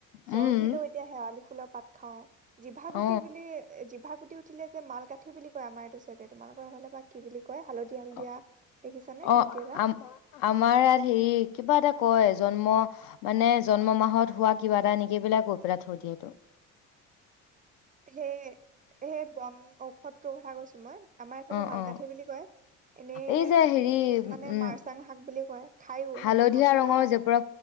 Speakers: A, on the left; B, on the right.
A: উম
B: জ্বৰ উঠিলেও এতিয়া শেৱালি ফুলৰ পাত খাওঁ। জিভা
A: অ
B: গুটি বুলি এ জিভা সুি উঠিলে যে মালকাঠি বুলি কয় আমাৰ এইটো চাইতে তোমালোকৰ ফালে বা কি বুলি কয় হালধীয়া হালধীয়া
A: অ
B: দেখিছানে
A: অ
B: গুটি
A: আ
B: এটা
A: আমাৰ ইয়াত হেৰি কিবা এটা কয় জন্ম মানে জন্ম মাহত হোৱা কিবা এটা নেকিবিলাক কৈ পেলাই থৈ দিয়েটো
B: সেই সেই বন ঔষধটোৰ কথা কৈছো মই আমাৰ এইফালে
A: অ
B: মালকাঠি
A: অ
B: বুলি কয় এনেই
A: এই যে হেৰি
B: কিছুমানে
A: উম
B: মাৰচাং শাক বুলি কয় খাইও
A: হালধীয়া
B: সেইটো মছলা
A: ৰঙৰ যে পুৰা